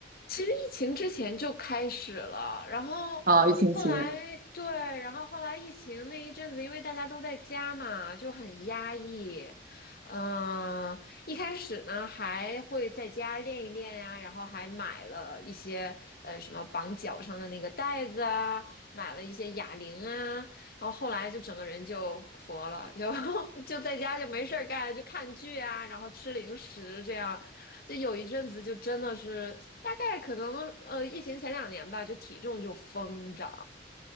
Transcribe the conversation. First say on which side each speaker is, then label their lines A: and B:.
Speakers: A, on the left; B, on the right.
A: 其实疫情之前就开始了，然后后来对，
B: 啊、疫情期间，
A: 然后后来疫情那一阵子，因为大家都在家嘛，就很压抑。嗯，一开始呢还会在家练一练呀、然后还买了一些呃什么绑脚上的那个带子啊，买了一些哑铃啊，然后后来就整个人就佛了，就 <laughs> 就在家就没事儿干，就看剧啊，然后吃零食这样。就有一阵子就真的是，大概可能呃，疫情前两年吧，就体重就疯涨。